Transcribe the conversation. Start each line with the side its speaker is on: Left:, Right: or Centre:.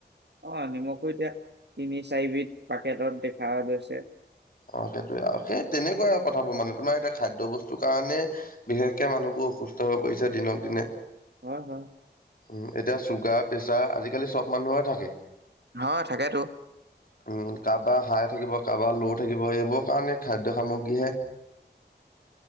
Right: অ নিমখো এতিয়া তিনি চাৰিবিধ পাকেটত দেখা গৈছে।
Left: অ সেইটোয়ে আৰু সেই তেনেকুৱা আৰু কথাবোৰ মানে তোমাৰ এতিয়া খাদ্য বস্তুৰ কাৰণে বিশেষকে মানুহবোৰ। অসুস্থ হৈ পৰিছে দিনক দিনে।
Right: হয় হয়।
Left: উ এতিয়া চুগাৰ প্ৰেছাৰ আজিকালি চব মানুহৰে থাকে।
Right: হয় থাকেতো।
Left: উম কাৰোবাৰ হাই থাকিব কাৰোবাৰ ল'ও। থাকিব এইবোৰ কাৰণে খাদ্য সামগ্ৰীহে।